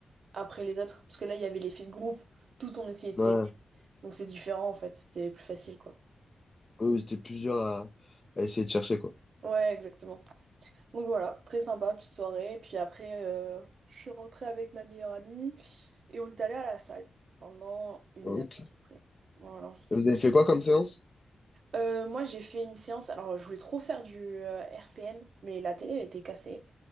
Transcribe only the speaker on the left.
Ouais,
eux, ils étaient plusieurs à, à essayer de chercher, quoi.
Ah, Ok.
Vous avez fait quoi comme séance?